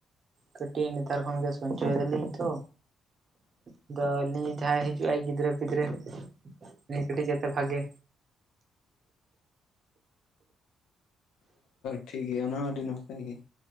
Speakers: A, on the right; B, on the left.
A: ᱠᱟᱹᱴᱤᱡ ᱱᱮᱛᱟᱨ ᱠᱷᱚᱱᱜᱮ ᱥᱚᱧᱪᱚᱭ ᱫᱟᱞᱤᱧ ᱛᱚ᱾ ᱟᱫᱚ ᱱᱤ ᱡᱟᱦᱟᱸᱭ ᱦᱤᱡᱩᱜᱼ ᱟᱭ ᱜᱤᱫᱽᱨᱟᱹ ᱯᱤᱫᱽᱨᱟᱹ ᱩᱱᱤ ᱠᱟᱹᱴᱤᱡ ᱡᱟᱛᱮ ᱵᱷᱟᱜᱮ
B: ᱴᱷᱤᱠ ᱜᱮᱭᱟ ᱚᱱᱟ ᱟᱹᱰᱤ ᱱᱟᱯᱟᱭ ᱜᱮ᱾